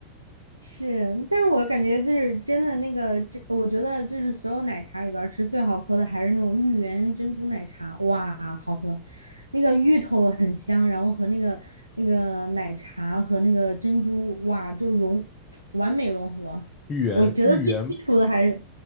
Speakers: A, on the right (about 90°); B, on the left (about 30°).
A: 是，但是我感觉就是真的那个，这我觉得就是所有奶茶里边儿，其实最好喝的还是那种芋圆珍珠奶茶，哇，好喝，那个芋头很香，然后和那个那个奶茶和那个珍珠，哇，就融 <tsk> 完美融合。
B: 芋圆芋圆
A: 我觉得最基础的还是